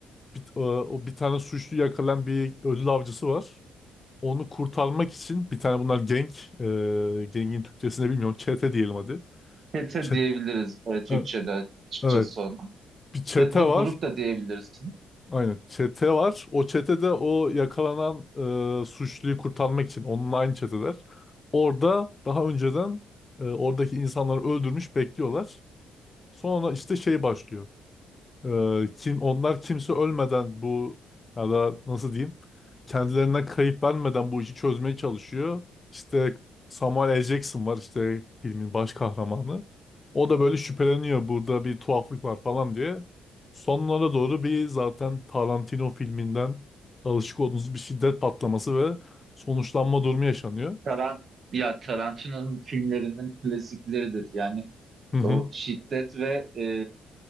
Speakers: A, on the left; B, on the right.
A: Bir, e, o bir tane suçlu yakalayan bir ödül avcısı var. Onu kurtarmak için bir tane bunlar geng, e, gengin Türkçesini bilmiyorum. Çete diyelim hadi.
B: Pete
A: Çe-
B: diyebiliriz e, Türkçe'de
A: e,
B: açıkçası
A: evet,
B: ona.
A: bir çete
B: Ya da
A: var.
B: grup da diyebilirsin.
A: Aynen, çete var. O çetede o yakalanan e, suçluyu kurtarmak için onunla aynı çeteler. Orada daha önceden e, oradaki insanları öldürmüş bekliyorlar. Sonra işte şey başlıyor. Ee, kim onlar kimse ölmeden bu ya da nasıl diyeyim kendilerine kayıp vermeden bu işi çözmeye çalışıyor. İşte Samuel L. Jackson var işte filmin baş kahramanı. O da böyle şüpheleniyor burada bir tuhaflık var falan diye. Sonlara doğru bir zaten Tarantino filminden alışık olduğunuz bir şiddet patlaması ve sonuçlanma durumu yaşanıyor.
B: Taran ya Tarantino'nun filmlerinin klasikleridir. Yani
A: Hı hı.
B: o şiddet ve e,